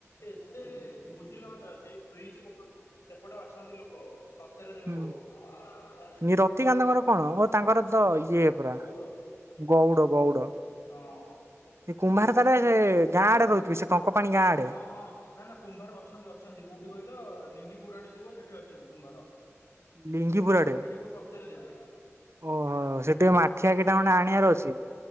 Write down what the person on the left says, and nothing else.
ଏତେ ବୁଝିଲେ ହଁ ତା। ସେଇ ବ୍ରିଜ ପୋ ସେପଟେ ଅଛନ୍ତି। ଅଛନ୍ତି ଲୋକ। ଶସ୍ତା ରେ ଦେବେ
ବହୁତ <unintelligible>
ଗଉଡ
ହଁ ହଁ
ହଁ ନା ନା କୁମ୍ଭାର ଅଛନ୍ତି ଅଛନ୍ତି କୋଉଠି କହିଲ ଲିଙ୍ଗି ପୁର ଆଡ଼େ ଯିବ ସେ ଠି ଅଛନ୍ତି କୁମ୍ଭାର।
ସେଠି ବହୁତ ଶସ୍ତାରେ ଦେବେ